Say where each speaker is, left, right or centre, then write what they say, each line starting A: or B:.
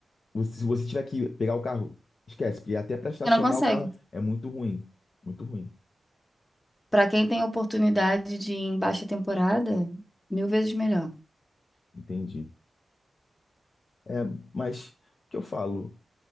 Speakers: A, on the left (about 50°); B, on the left (about 15°).
A: você- Se você tiver que pegar o carro, esquece, porque até para estacionar
B: Você não consegue.
A: o carro é muito ruim. Muito ruim.
B: Pra quem tem oportunidade de ir em baixa temporada, mil vezes melhor.
A: Entendi. É, mas o que eu falo?